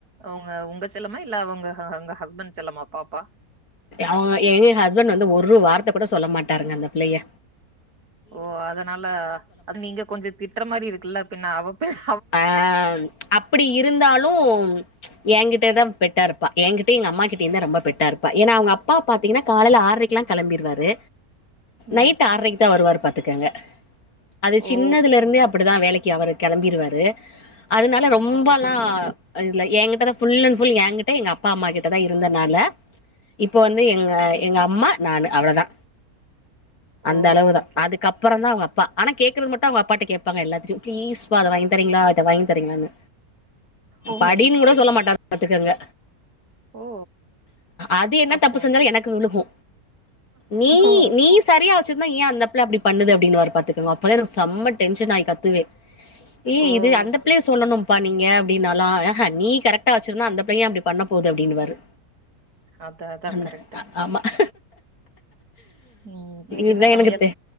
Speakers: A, on the right; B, on the left.
A: அவ்ங்க உங்க செல்லமா இல்ல அவுங்க அவ்ங்க ஹஸ்பண்ட் செல்லமா பாப்பா
B: அவ்ங்க ஏ ஹஸ்பண்ட் வந்து ஒரு வார்த்த கூட சொல்ல மாட்டார்ங்க அந்த பிள்ளய
A: ஓ அதனால அது நீங்க கொஞ்ச திட்டற மாரி இருக்குல்ல பின்ன அவப்பேச
B: அ அப்பிடி இருந்தாலும் எங்கிட் டேதாம் பெட்டாருப்பா எங்கிட்ட எங்அம்மா கிட்யுந்தா ரொம்ப பெட்டா இருப்பா ஏன்னா அவ்ங்கப்பா பாத்தீங்கனா காலல ஆர்ரிக்கெல்லா கெளம்பிரு வரு
A: ம்
B: நைட் ஆற்ரைக்கு தா வருவாரு பாத்துக்கங்க அது சின்னதுலருந்தே
A: ஓ
B: அப்படிதா வேலைக்கு அவரு கெளம்பிருவாரு து அதனால ரொம்பல்லா
A: ஓகே ஓகே
B: இல என்கிட்ட தா புல் அண்ட் புல் எங்கிட்ட எங்க அப்பா அம்மா கிட்ட தா இருந்தனால இப்போ வந்து எங்க
A: ஓகே
B: எங்க
A: ஓகே
B: அம்மா நானு அவ்ளதா அந்த
A: ஓ
B: அளவு தா
A: ஓகே
B: அதுக்கப்பறந்தா அவ்ங்க அப்பா ஆனா கேக்குறது மட்டும் அவ்ங்க அப்பாட்ட கேப்பாங்க எல்லாத்தியு பிளீஸ் பா அத வாங்கின் தரீங்களா அத வாங்தரீங்ளானு
A: ஓ
B: படீன்
A: சேரி
B: குட சொல்ல
A: சேரி
B: மாட்டாரு பாத்துக்கங்க
A: ஓ
B: அது என்ன
A: அப்போ
B: தப்பு செஞ்சாலு எனக்கு விழுகு நீ
A: ஓ
B: நீ சரியா வச்சுருந்தா ஏன் அந்தப்புள்ள அப்டி பண்ணுது அப்டின்வாரு பாத்துக்கொங்கப் ப்பதா என்க் செம்ம டென்ஷன் ஆய் கத்துவேன் ஏ
A: ஓ
B: இது அந்த
A: சேரி
B: பிள்ளய சொல்லணும்ப்பா
A: சேரி
B: நீங்க அப் ப்டின்னாலும் நீ கரெட்டா வச்சிருந்தா அந்த பிளையும் அப்டி பண்ண போது அப்டின்னுவாரு
A: அதா அதா
B: அந்த
A: கரெக்ட்டு
B: ஆமா <inaudible>
A: ம் இன்னைக்கு
B: இத்தான்
A: என்ன சமையல்
B: எனக்கு தெ